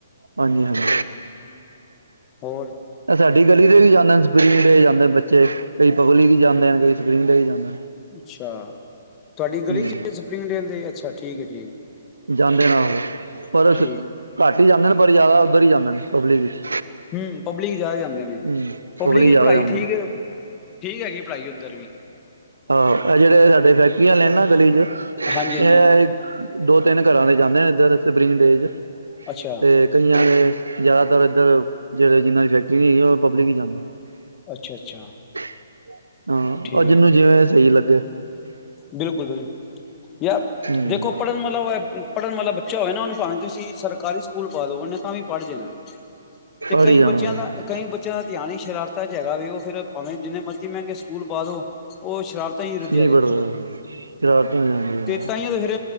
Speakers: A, on the right (about 80°); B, on the left (about 25°).
A: ਹਾਂਜੀ ਹਾਂਜੀ
B: ਹੋਰ
A: ਸਾਡੀ ਗਲੀ ਤੇ ਵੀ ਜਾਂਦੇ ਨੇ ਸਪਰਿੰਗ ਤੇ ਜਾਂਦੇ ਬੱਚੇ ਕਈ ਪਗਲੀ ਵੀ ਜਾਂਦੇ ਕਈ ਸਕਰੀਨ ਦਾ ਹੀ ਜਾਂਦਾ
B: ਅੱਛਾ ਤੁਹਾਡੀ ਗਲੀ ਚ
A: ਹੂੰ
B: ਸਪਰਿੰਗ ਡੇਲ ਦੇ ਅੱਛਾ ਠੀਕ ਠੀਕ
A: ਜਾਂਦੇ ਨਾ ਹੋ ਪਰ
B: ਠੀਕ
A: ਘੱਟ ਹੀ ਜਾਂਦੇ ਨੇ ਪਰ ਜ਼ਿਆਦਾ ਉੱਧਰ ਹੀ ਜਾਂਦੇ ਨੇ ਪਬਲਿਕ ਵਿੱਚ
B: ਹੂ ਪਬਲਿਕ ਚਾਹ ਜਾਂਦੇ ਨੇ
A: ਹੂੰ
B: ਪਬਲਿਕ ਦੀ
A: ਜ਼ਿਆਦਾ
B: ਪੜ੍ਹਾਈ
A: ਜਾਂਦੇ
B: ਠੀਕ ਹੈਗੀ ਪੜ੍ਹਾਈ ਉਧਰ ਵੀ
A: ਹਾ ਇਹ ਜਿਹੜੇ ਸਾਡੇ ਫੈਕਟਰੀਆਂ ਆਲੇ ਨੇ ਗਲੀ 'ਚੋ
B: ਹਾਂਜੀ ਹਾਂਜੀ
A: ਹੈ ਦੋ ਤਿੰਨ ਘਰਾਂ ਦੇ ਜਾਂਦੇ ਇਧਰ ਸੁਪਰੀਮ ਡੇਜ
B: ਅੱਛਾ
A: ਤੇ ਕਈਆਂ ਦੇ ਜ਼ਿਆਦਾਤਰ ਇੱਧਰ ਜਿਹੜੇ ਜਿੰਨਾ ਦੀ ਫੈਕਟਰੀ ਨਹੀ ਹੈਗੀ ਉਹ ਪਬਲਿਕ ਹੀ ਜਾਂਦੇ
B: ਅੱਛਾ ਅੱਛਾ
A: <unintelligible> ਹਾ
B: ਠੀਕ
A: ਅੱਜ ਨਹੀ
B: ਆ।
A: ਕੀ ਲੱਗੇ
B: ਬਿਲਕੁਲ ਬਿਲਕੁਲ ਜਾਅ
A: ਹੂੰ
B: ਜੇ ਕੋਈ ਪੜਨ ਮਤਲਬ ਪੜ੍ਨ ਵਾਲਾ ਬੱਚਾ ਹੋਏ ਨਾ ਭਾਏ ਤੁਸੀਂ ਸਰਕਾਰੀ ਸਕੂਲ ਪਾ ਦੋ ਉਹਨੇ ਤਾਂ ਵੀ ਪੜ੍ਹ ਜਾਣਾ ਤੇ
A: ਪੜ੍ਹ
B: ਕਈ
A: ਹੀ ਜਾਣਾ
B: ਬੱਚਿਆਂ ਦਾ ਕਈ ਬੱਚਿਆਂ ਦਾ ਧਿਆਨ ਈ ਸ਼ਰਾਰਤਾਂ ਚ ਹੈਗਾ ਵੀ ਉਹ ਫਿਰ ਭਾਵੇਂ ਜਿੰਨੇ ਮਰਜ਼ੀ ਮਹਿੰਗੇ ਸਕੂਲ ਪਾ ਦੋ ਉਹ ਸ਼ਰਾਰਤਾਂ ਹੀ ਰੁਜਿਆ
A: ਨਹੀਂ
B: ਵੇ
A: ਪੜ੍ਹਦਾ ਸ਼ਰਾਰਤਾਂ ਹੋ ਜਾਂਦੀਆਂ
B: ਤੇ
A: ਨੇ
B: ਤਾਹੀਓ ਫਿਰ